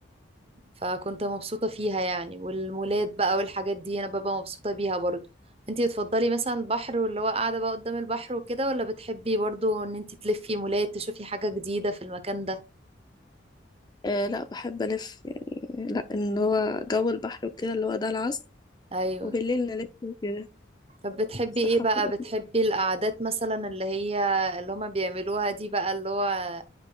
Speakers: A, on the right; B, on the left.
A: فكنت مبسوطة فيها يعني والمولات بقى والحاجات دي انا ببقى مبسوطة بيها برضو انتي بتفضلي مثلا البحر واللي هو قاعدة بقى قدام البحر وكده ولا بتحبي برضو ان انتي تلفي مولات تشوفي حاجة جديدة في المكان ده
B: آه لا بحب ألف يعني لا إن هو جو البحر وكده اللي هو ده العصر
A: ايوه
B: وبالليل نلف وكده
A: طب بتحبي
B: الصراحة
A: ايه بقى
B: بتبقى-
A: بتحبي القعدات مثلا اللي هي اللي هما بيعملوها دي بقى اللي هو